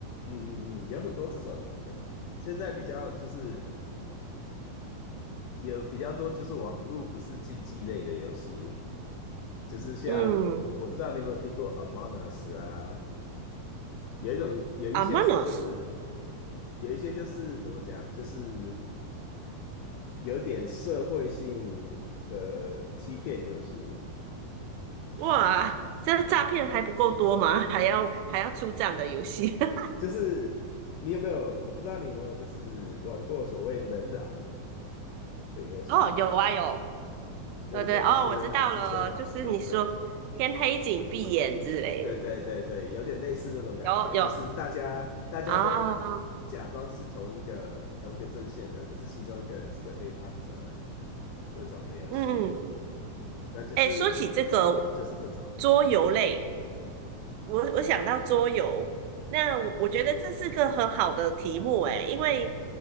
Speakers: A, on the left; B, on the right.
A: 嗯嗯嗯，有很多这种，很现在比较就是。有比较多就是网络不是竞技类的游戏，就是像我不知道你有没有听过
B: 嗯
A: Among Us 啊，有一种有一些是就是
B: ，Among Us，
A: 有一些就是怎么讲，就是有点社会性的欺骗游戏，
B: 哇，这诈骗还不够多吗？还要还要出这样的游戏？<laughs>
A: 就是你有没有我不知道你有没有就是玩过所谓人狼的游戏，
B: 哦，有啊有，
A: 对不对？
B: 对对，哦，
A: 就是人狼之春嘛，
B: 我知道了，就是你说天黑请闭眼之类的，
A: 对不对？对对对对，有点类似那种感觉，
B: 有有
A: 就是大家大家都假装是同一个同一个阵线的，
B: 啊，
A: 可是其中一个人是个背叛者那种的游戏，
B: 嗯，
A: 那就是
B: 哎，说起这个
A: 就是这种，
B: 桌游类。我我想到桌游，那我我觉得这是个很好的题目诶，因为